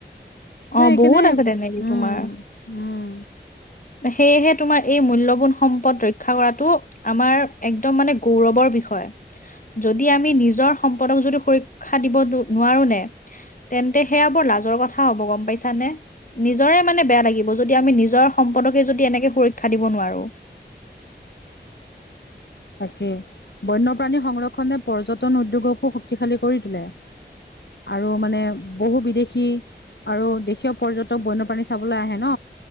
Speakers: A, on the left; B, on the left.
A: ত সেইকাৰণে
B: অ বহুত আছে তেনেকে
A: উম
B: তোমাৰ
A: উম
B: সেয়েহে তোমাৰ এই মূল্যবান সম্পদ ৰক্ষা কৰাটো আমাৰ একদম মানে গৌৰৱৰ বিষয়। হয়। যদি আমি নিজৰ সম্পদক যদি সুৰক্ষা দিব নোৱাৰো নে তেন্তে সেয়া বৰ লাজৰ কথা হ'ব গম পাইছা নে। নিজৰে মানে বেয়া লাগিব যদি আমি নিজৰ। সম্পদকে যদি এনেকে সুৰক্ষা দিব নোৱাৰো।
A: তাকে বন্যপ্ৰাণী সংৰক্ষনে পৰ্যটন উদ্যোগকো শক্তিশালী কৰি তোলে। আৰু মানে বহু বিদেশী আৰু দেশীয় পৰ্যটক বন্য প্ৰাণী চাবলৈ আহে ন।